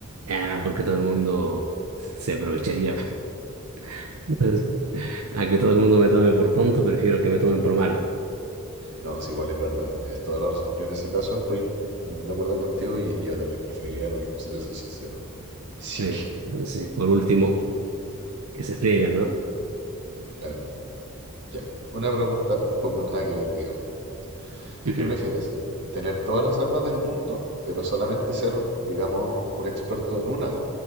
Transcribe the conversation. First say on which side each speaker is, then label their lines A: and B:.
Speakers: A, on the right; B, on the right.
A: Ah, porque todo el mundo se aprovecharía. <laughs> Entonces, a que todo el mundo me tome por tonto, prefiero que me tomen por malo.
B: No, sí, igual es verdad, tienes toda la razón. Yo en ese caso estoy también de acuerdo contigo y yo también preferiría lo mismo si te soy sincero. <laughs> Así
A: Eh,
B: que,
A: sí, por último, que se frieguen, ¿no?
B: claro, ya. Una pregunta un poco nada que ver, digamos.
A: Ujú.
B: ¿Qué prefieres? ¿Tener todas las armas del mundo, pero solamente ser, digamos, un experto en una?